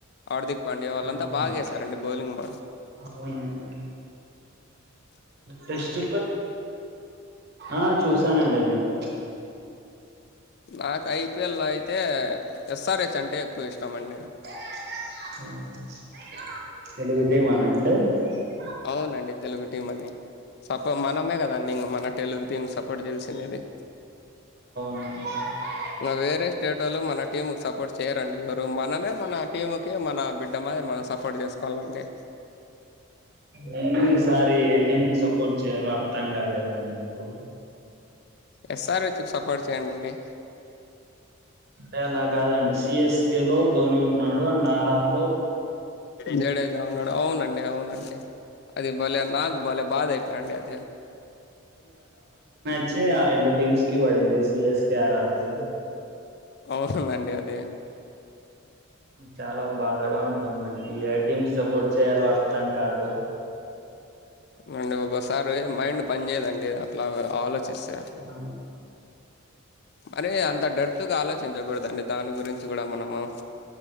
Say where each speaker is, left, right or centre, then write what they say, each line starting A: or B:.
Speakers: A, on the left; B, on the right.
A: హార్దిక్ పాండ్యా వాళ్ళంతా
B: అవును
A: బాగా చేసారండి బౌలింగ్ బళ
B: అవునండి
A: చె
B: టెస్ట్ ఆ చూసానండి నేను
A: నాకు ఐపిఎల్ అయితే ఎస్ఆర్ హెచ్ అంటే ఎక్కువ ఇష్టం అండి
B: <unintelligible>
A: అవునండి తెలుగు టీం అని సపో మనమే కదండి ఇం మన తెలుగు టీమ్ సపోర్ట్ చేసి కునేది
B: అ
A: వేరే స్టేట్ ల్లు మన టీం కి సపోర్ట్ చేయరండి ఎవరు మనమే మన టీంకి మన నా బిడ్డ మాదిరి మనం సపోర్ట్ చేసుకోవాలిండి.
B: నేను ఈసారి ఏటీం కి సపోర్ట్ చేయాలో అర్థం కాలేదండి నాకు
A: ఎస్ఆర్ హెచ్ కి సపోర్ట్ చేయండిండి
B: అంటే అలా కాదండి సిఎస్కే లో ధోని ఉన్నాడు అండ్ ఆర్ ఆర్
A: జడేజ ఉన్నాడండీ అవునండి అవునండీ అది భలేె నాకు భలేె బాధ అయిపోయాయిండి అది
B: వచ్చే ఆ రెండు టీమ్స్ కి పడింది సిఎస్ కి ఆర్ ఆర్ది
A: అవుతుందండి అదే
B: చాలా బాధగా ఉంటుందండి ఏ టీం కి సపోర్ట్ చేయాలో అర్థం కాదు
A: అండి ఒకసారి మైండ్ పని చేయదండి అట్లా ఆలోచిస్తేయ్
B: ఆ,
A: అరేయ్ అంత అంత డర్త్గా ఆలోచించకూడదండి దాని గురించి కూడా మనము